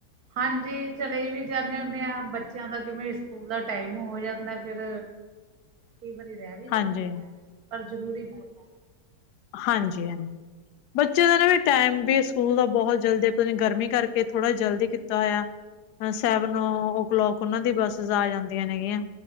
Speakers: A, on the right; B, on the left.
A: ਹਾਂਜੀ ਚਲੇ ਵੀ ਜਾਨੇ ਹੁੰਨੇ ਆ ਬੱਚਿਆਂ ਦਾ ਜਿਵੇਂ ਸਕੂਲ ਦਾ ਟਾਈਮ ਹੋ ਜਾਂਦਾ ਫਿਰ ਕਈ ਵਾਰੀ ਰਹਿ ਵੀ ਜਾਂਦੀ
B: ਹਾਂਜੀ
A: ਐ, ਪਰ ਜ਼ਰੂਰੀ ਬਹੁਤ ਆ।
B: ਹਾਂਜੀ-ਹਾਂਜੀ, ਬੱਚਿਆਂ ਦਾ ਨਾ ਵੀ ਟਾਈਮ ਵੇਸਟ ਸਕੂਲ ਦਾ ਬਹੁਤ ਜਲਦੀ ਪਤਾ ਨੀ ਗਰਮੀ ਕਰਕੇ ਥੋੜਾ ਜਲਦੀ ਕੀਤਾ ਹੋਇਆ। ਸੈਵਨ ਓ ਕਲੋਕ ਉਹਨਾਂ ਦੀ ਬੱਸਿਸ ਆ ਜਾਂਦੀਆਂ ਨੇ ਗੀਆਂ।